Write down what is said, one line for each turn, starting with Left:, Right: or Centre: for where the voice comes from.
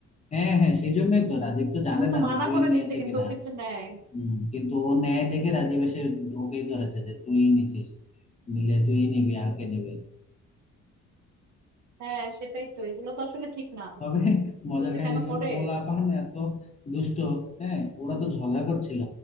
Left: হ্যাঁ হ্যাঁ সেই জন্যই তো রাজীব তো জানে
Right: ও তো
Left: না
Right: মানা
Left: যে তুহিন
Right: করে
Left: নিয়েছে
Right: দিচ্ছে কিন্তু
Left: কিনা
Right: ও কিন্তু নেয়
Left: হম কিন্তু ও নেয় দেখে রাজীব এসে ওকেই ধরেছে যে তুই নিছিস নিলে তুই নিবি আর কে নিবে
Right: হ্যাঁ সেটাই তো এগুলো তো আসলে ঠিক না
Left: তবে
Right: এগুলো
Left: মজার
Right: যে
Left: কাহিনী
Right: কেন
Left: শুন
Right: করে
Left: পোলাপান এত দুষ্ট হ্যাঁ ওরা তো ঝগড়া করছিল